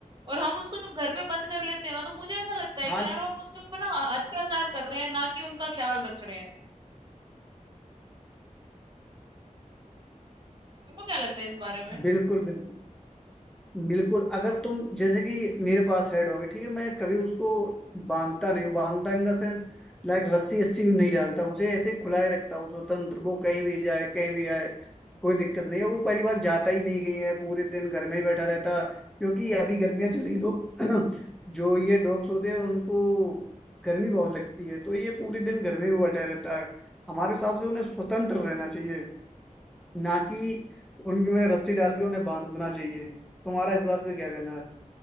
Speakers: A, on the right; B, in the centre.
A: और हम उसको जब घर पे बंद कर लेते हैं ना तो मुझे ऐसा लगता है
B: हाँ
A: कि यार हम उसके ऊपर ना अत्याचार कर रहे हैं ना कि उनका ख्याल रख रहे हैं तुमको क्या लगता है इस बारे में
B: बिल्कुल बिल्कुल बिल्कुल अगर तुम जैसे कि मेरे पास हेड होगी ठीक है मैं कभी उसको बांधता नहीं हूँ बांधता इन द सेंस लाइक रस्सी रस्सी नहीं डालता उसे ऐसे खुला ही रखता हूँ स्वतंत्र वो कहीं भी जाए कहीं भी आए कोई दिक्कत नहीं है वो पहली बार जाता ही नहीं कहीं है पूरे दिन घर में ही बैठा रहता क्योंकि अभी गर्मियाँ चल रही तो <clears throat> जो ये डॉग्स होते हैं उनको गर्मी बहुत लगती है तो ये पूरे दिन घर में भी बैठा रहता है हमारे हिसाब से उन्हें स्वतंत्र रहना चाहिए ना कि उनमें रस्सी डाल के उन्हें बांधना चाहिए तुम्हारा इस बात पे क्या कहना है